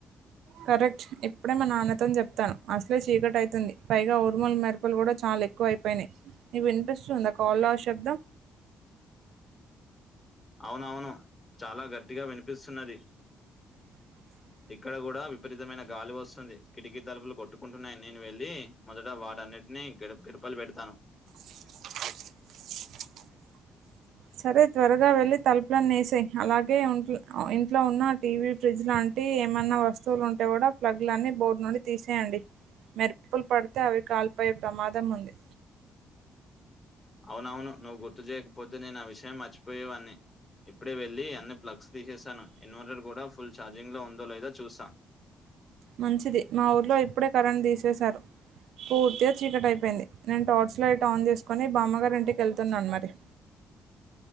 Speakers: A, on the right; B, on the left.
A: కరెక్ట్ ఇప్పుడే మా నాన్న తో చెప్. అసలే చీకటి అయితుంది పైగా ఊర్మలు మెరుపులు కూడా చాలా ఎక్కువ అయిపోయినాయి మీకు వినిపిస్తుందా. కాల్ లి శబ్దం.
B: అవునవును చాలా గట్టిగా వినిపిస్తున్నది.
A: ఆ.
B: ఇక్కడ కూడా విపరీతమైన గాలి వస్తుంది కిటికీ తలుపులు కొట్టుకుంటున్నాయి నేను వెళ్ళి మొదట వాడన్ని. న్నిటిని గ గడపలు పెడతాను.
A: సుచ్ సుచ్. సరే త్వరగా వెళ్లి తలుపులన్నీ వేసేయ్ అలాగేం ఇంట్లో ఉన్న టీవీ ఫ్రిడ్జ్ లాంటి. టి ఏమైన్నా వస్తువులు ఉంటే కూడా ప్లగ్లన్నీ బోర్డు నుండి తీసేయండి. మెరుపులు పడితే అవి కాల్ పోయే ప్రమాదం ఉంది.
B: అవునవును నువ్వు గుర్తు చేయకపోతే నేను ఆ విషయం మర్చిపోయేవాన్ని. ఇప్పుడే వెళ్లి అన్ని ప్లగ్స్ తీసేసాను ఇన్వర్టర్ కూడా ఫుల్ ఛార్జింగ్ లో ఉందో లేదో చూస్తా.
A: మంచిది మా ఊర్లో ఇప్పుడే కరెంట్ తీసేశారు. పూర్తిగా చీకటి అయిపోయింది నేను టార్చ్ లైట్ ఆన్ చేసుకొని బామ్మగారి ఇంటికి వెళ్తున్నాను మరి. హా.